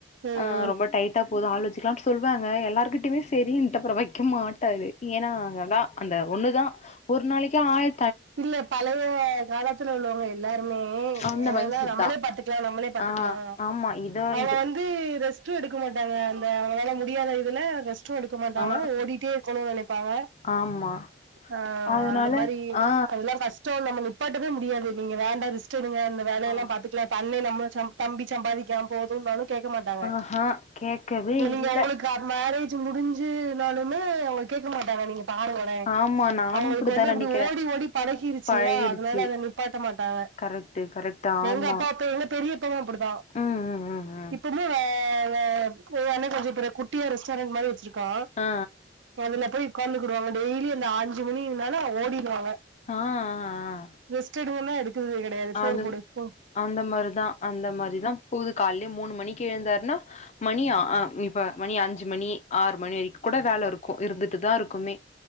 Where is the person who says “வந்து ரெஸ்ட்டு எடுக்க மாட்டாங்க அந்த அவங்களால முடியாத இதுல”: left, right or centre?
Right